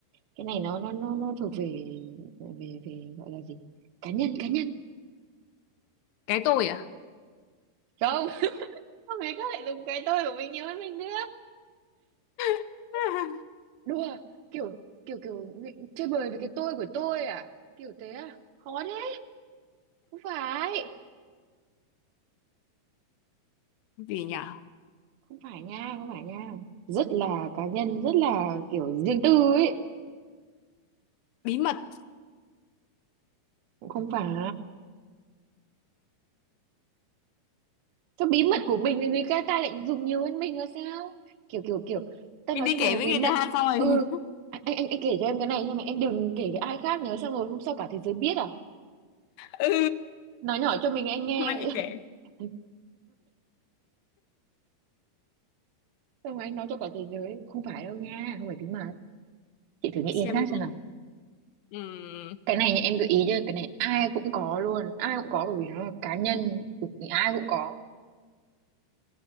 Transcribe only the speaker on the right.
cái này nó nó nó nó thuộc về về về gọi là gì cá nhân cá nhân
không Sao người khác lại dùng cái tôi của mình nhiều hơn mình nữa?
đùa kiểu kiểu kiểu nghĩ- chơi bời với cái tôi của tôi à kiểu thế à khó đấy không phải
không phải nha không phải nha rất là cá nhân rất là kiểu riêng tư ấy
cũng không phải Thôi bí mật của mình thì người ta ta lại dùng nhiều hơn mình là sao? Kiểu kiểu kiểu ta
nói
cho mày
một
bí
mật.
Ừ,
anh anh anh anh kể cho em cái này nhưng mà em đừng kể với ai khác nhớ xong rồi hôm sau cả thế giới biết à?
Nói nhỏ cho mình anh nghe.
<laughs> Xong rồi anh nói cho cả thế giới. Không phải đâu nha, không phải bí mật. Chị thử nghĩ
cái khác
xem nào.
Cái này nha, em gợi ý cho cái này ai cũng có luôn, ai cũng có bởi vì nó là cá nhân, ai cũng có.